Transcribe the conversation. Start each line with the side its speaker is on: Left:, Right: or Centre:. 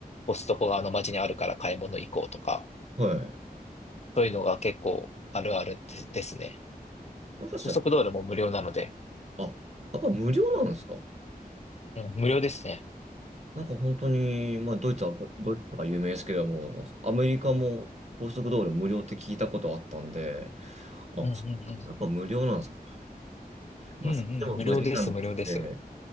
Left: コストコがあの街にあるから買い物行こうとか、
Right: はい。
Left: そういうのが結構あるあるですですね。
Right: もしかしたら、
Left: 高速道路も無料なので、
Right: あ、やっぱ無料なんですか
Left: うん、無料ですね。
Right: なんか本当に、まあドイツは、ドイツとか有名ですけども、なんかアメリカも高速道路無料って聞いたことあったんで、あ、
Left: うんうんうん。
Right: やっぱ無料なんですかねまあそれでも5時間って
Left: うんうん、無料です、無料です。